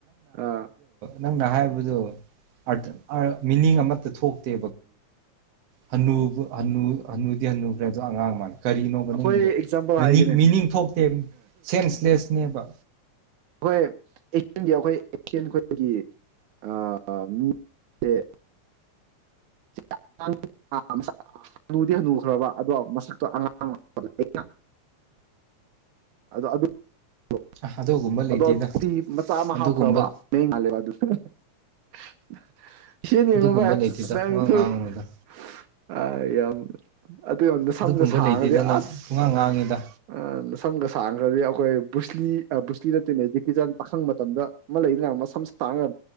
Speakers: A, on the right; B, on the right.
A: ꯑ꯫
B: ꯅꯥꯪꯟꯅ ꯍꯥꯌꯕꯗꯨ <unintelligible> ꯃꯦꯅꯤꯪ ꯑꯃꯇꯥ ꯊꯣꯛꯇꯦ ꯍꯥꯅꯨꯕ ꯍꯅꯨꯗꯤ ꯍꯥꯅꯨꯒ ꯑꯉꯥꯪ ꯃꯥꯂꯦ ꯀꯔꯤꯅꯣꯕ
A: ꯑꯩꯈꯣꯏ
B: <unintelligible>
A: ꯑꯦꯛꯖꯥꯝꯄꯜ
B: ꯃꯤꯅꯤꯪ
A: ꯍꯥꯏꯒꯦꯅꯦ
B: ꯊꯣꯛꯇꯦ ꯁꯦꯝ ꯁꯇꯒꯅꯦꯕ
A: <unintelligible> <unintelligible> <unintelligible> <unintelligible> <unintelligible>
B: ꯑꯗꯨꯒꯨꯝꯕ ꯂꯩꯇꯦꯗ ꯑꯗꯨꯒꯨꯝꯕ ꯑꯗꯨꯒꯨꯝꯕ ꯂꯩꯇꯦꯗ ꯄꯨꯡꯉꯥꯡ ꯉꯥꯡꯉꯨꯅꯨꯗ ꯑꯗꯨꯒꯨꯝꯕ ꯂꯩꯇꯦꯗ ꯅꯪ ꯄꯨꯡꯉꯥꯡ ꯉꯥꯡꯉꯤꯗ
A: <unintelligible> ꯅꯥꯁꯝꯒ ꯁꯟꯒꯗꯤ <unintelligible> <unintelligible> ꯕꯨꯁꯂ꯭ꯤ ꯅꯨꯁꯂ꯭ꯤ ꯅꯥꯇꯦꯅꯦ ꯖꯦꯀꯤꯖꯟ ꯄꯈꯪ ꯃꯇꯝꯗ ꯑꯃ ꯂꯩꯗꯅꯥ ꯃꯁꯝ ꯁꯟꯒ